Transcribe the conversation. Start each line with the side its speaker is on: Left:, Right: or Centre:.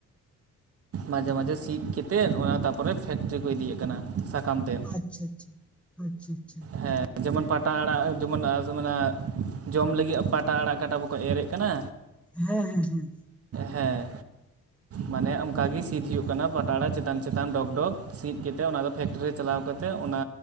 Right: ᱢᱟᱡᱷᱮ ᱢᱟᱡᱷᱮ ᱥᱤᱫ ᱠᱮᱛᱮᱫ ᱚᱱᱟ ᱛᱟᱯᱚᱨᱮ ᱯᱷᱮᱠᱴᱨᱤ ᱠᱚ ᱤᱫᱤᱭᱮᱜ ᱠᱟᱱᱟ ᱥᱟᱠᱟᱢ ᱛᱮ
Centre: ᱟᱪᱪᱷᱟ ᱟᱪᱪᱷᱟ ᱟᱪᱪᱷᱟ ᱟᱪᱪᱷᱟ
Right: ᱦᱮᱸ ᱡᱮᱢᱚᱱ ᱯᱟᱴᱟ ᱟᱲᱟᱜ ᱡᱮᱢᱚᱱ ᱡᱮᱢᱚᱱ ᱡᱚᱢ ᱞᱟᱹᱜᱤ ᱯᱟᱴᱟ ᱟᱲᱟᱜ ᱠᱟᱴᱟ ᱵᱟᱠᱚ ᱮᱨᱮᱜ ᱠᱟᱱᱟ
Centre: ᱦᱮᱸ ᱦᱮᱸ ᱦᱮᱸ
Right: ᱦᱮᱸ ᱢᱟᱱᱮ ᱚᱝᱠᱟ ᱜᱮ ᱥᱤᱫ ᱦᱩᱭᱩᱜ ᱠᱟᱱᱟ ᱯᱟᱴᱲᱟ ᱪᱮ ᱛᱟᱱ ᱪᱮᱛᱟᱱ ᱰᱚᱜᱽ ᱰᱚᱜᱽ ᱥᱤᱫ ᱠᱮᱛᱮ ᱚᱱᱟ ᱫᱚ ᱯᱷᱮᱠᱴᱨᱤ ᱨᱮ ᱪᱟᱞᱟᱣ ᱠᱟᱛᱮ ᱚᱱᱟ